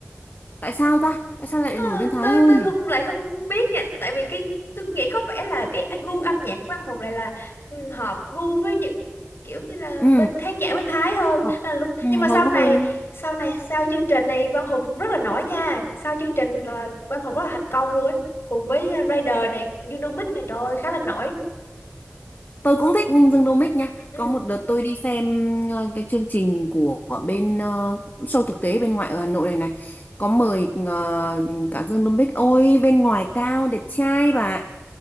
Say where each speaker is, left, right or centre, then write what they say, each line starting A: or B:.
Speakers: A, on the left (about 45°); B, on the left (about 60°).
A: Tại sao ta? Tại sao lại
B: Ờ,
A: nổi bên Thái
B: tôi
A: hơn
B: tôi
A: nhỉ?
B: không lại không biết nha tại vì cái tôi nghĩ có vẻ là cái anh gu âm nhạc của anh Hùng lại là ừ, hợp gu với những kiểu như là
A: Ừ.
B: bên khán giả bên Thái hơn
A: Hợp-
B: Nên là lúc
A: Ừ,
B: nhưng mà sau
A: hợp vui.
B: này sau này sau chương trình này Quang Hùng rất là nổi nha sau chương trình là Quang Hùng rất là thành công luôn ấy. cùng với uh, Raider này Unimic này trời ơi, khá là nổi
A: Tôi cũng thích Dương Đô Mích nha.
B: ừ.
A: Có một đợt tôi đi xem ờ, cái chương trình của của bên ờ, show thực tế bên ngoài ở Hà Nội này này. Có mời ờ, cả Dương Đô Mích. Ôi bên ngoài cao đẹp trai bà.